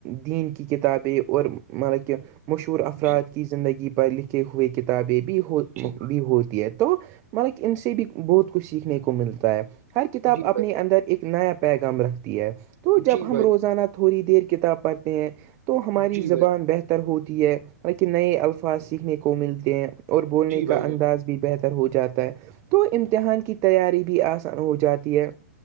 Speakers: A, on the right (about 30°); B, on the right (about 60°).
A: دین کی کتاب ہے اور مطلب کہ مشہور افراد
B: جی
A: کی زندگی پر لکھے ہوئے کتابیں بھی ہو
B: جی
A: بھی ہوتی ہے تو مطلب ان سے بھی بہت کچھ سیکھنے کو ملتا ہے ہر کتاب
B: جی
A: اپنے
B: بھائی
A: اندر ایک نیا پیغام رکھتی ہے تو جب
B: جی
A: ہم
B: بھائی
A: روزانہ تھوڑی دیر کتاب پڑھتے ہیں تو ہماری
B: جی بھائی
A: زبان بہتر ہوتی ہے لیکن نئے الفاظ سیکھنے کو ملتے ہیں اور بولنے
B: جی بھائی
A: کا انداز
B: جان
A: بھی بہتر ہو جاتا ہے تو امتحان کی تیاری بھی آسان ہو جاتی ہے